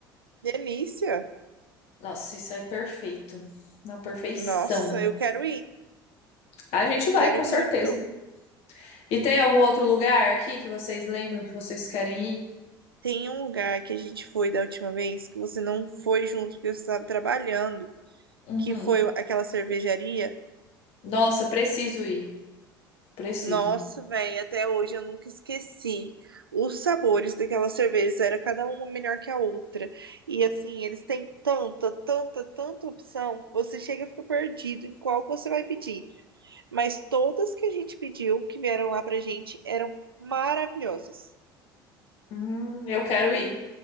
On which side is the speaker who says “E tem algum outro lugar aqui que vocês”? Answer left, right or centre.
Left